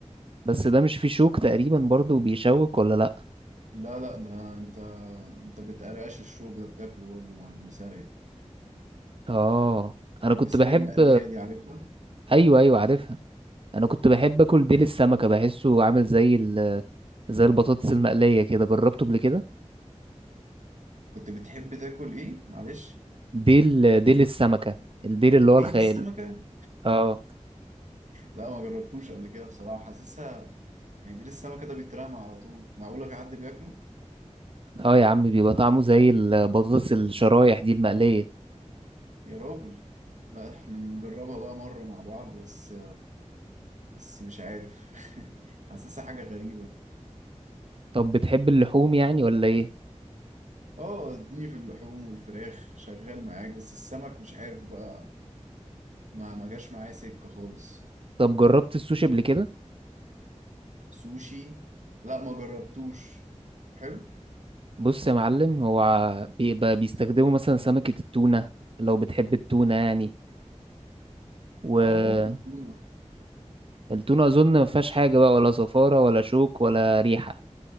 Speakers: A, on the right (about 45°); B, on the right (about 80°).
A: بس ده مش فيه شوك تقريبا برضو بيشوك ولا لا
B: لا لا ده أنت أنت بتقرقش الشوك ده بتاكله برضه مع البسارية
A: اه انا
B: البسارية
A: كنت بحب
B: المقلية دي عارفها
A: ايوه ايوه عارفها انا كنت بحب اكل ديل السمكة بحسه عامل زي ال... زي البطاطس المقلية كده جربته قبل كده
B: كنت بتحب تاكل إيه معلش
A: ديل ديل السمكة الديل اللي
B: ديل
A: هو الخيال
B: السمكة
A: اه
B: لا ما جربتوش قبل كده بصراحة حاسسها يعني ديل السمكة ده بيترمى على طول معقولة في حد بياكله
A: اه يا عم بيبقى طعمه زي البطاطس الشرايح دي المقلية
B: يا راجل لا احنا نجربها بقى مرة مع بعض بس بس مش عارف <laughs> حاسسها حاجة غريبة
A: طب بتحب اللحوم يعني ولا ايه؟
B: اه اديني في اللحوم والفراخ شغال معاك بس السمك مش عارف بقى ما ما جاش معايا سكة خالص
A: طب جربت السوشي قبل كده؟
B: سوشي لا ما جربتوش حلو
A: بص يا معلم هو ع- بيبقى بيستخدموا مثلا سمكة التونة لو بتحب التونة يعني والتونة
B: اه ممكن تونة
A: أظن ما فيهاش حاجة بقى ولا زفارة ولا شوك ولا ريحة